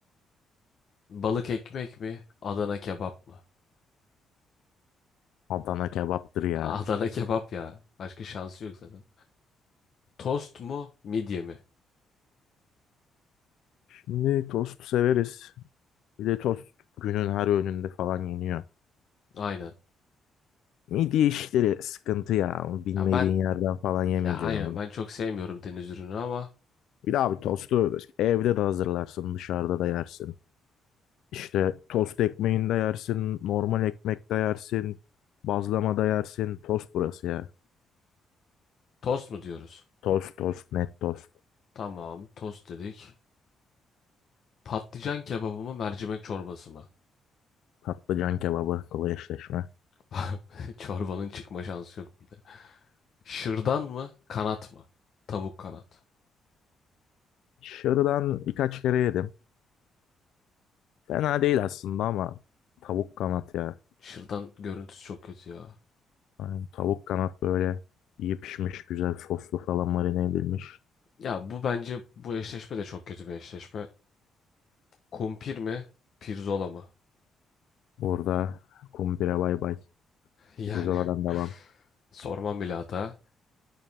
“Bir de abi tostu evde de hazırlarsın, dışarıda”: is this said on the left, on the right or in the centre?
Left